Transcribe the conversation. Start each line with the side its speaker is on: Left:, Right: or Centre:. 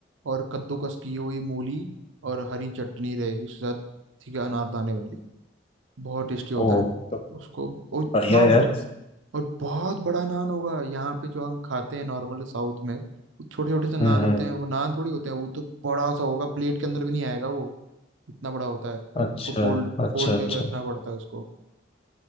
Right: और कद्दूकस की हुई मूली और हरी चटनी रहेगी उसके साथ ठीक है अनारदाने वाली बहुत टेस्टी होता
Left: ओह
Right: है
Left: तो
Right: उसको और इतना
Left: बढ़िया है
Right: ब,
Left: यार
Right: और बहुत बड़ा नान होगा यहाँ पे जो हम खाते हैं नॉर्मल साउथ में छोटे छोटे से नान
Left: हम्म हम्म
Right: होते हैं वो नान थोड़ी होते हैं वो तो बड़ा सा होगा प्लेट के अंदर भी नहीं आएगा वो इतना बड़ा होता है
Left: अच्छा
Right: उसको फोल्ड
Left: अच्छा
Right: फोल्ड करके
Left: अच्छा
Right: रखना पड़ता है उसको